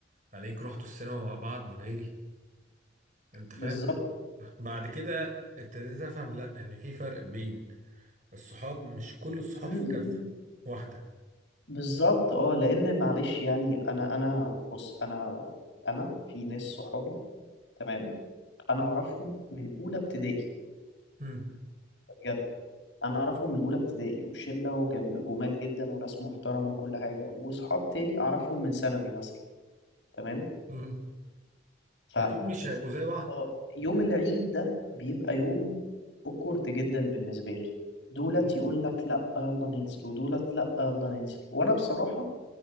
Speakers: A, on the right; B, on the left.
A: عليك رحتوا السينما مع بعض من غيري انت
B: بالظبط
A: فاهم بعد كده ابتديت افهم لا ان في فرق بين الصحاب مش كل الصحاب
B: مم،
A: في
B: مم،
A: كفه
B: مم.
A: واحده
B: بالظبط اه لان معلش يعني انا انا بص انا انا في ناس صحابي تمام انا
A: <laughs>
B: اعرفهم من اولى ابتدائي
A: مم.
B: بجد انا اعرفهم من اولى ابتدائي وشله وجم- جمال جدا وناس محترمه وكل حاجه واصحاب تاني اعرفهم من ثانوي مثلا تمام
A: مم.
B: ف
A: اكيد مش هيبقوا زي بعض
B: آه، يوم العيد ده بيبقى يوم اوكورد جدا بالنسبه لي دولت
A: <laughs> مم.
B: يقول لك لا يلا ننزل ودولت لا يلا ننزل وانا بصراحه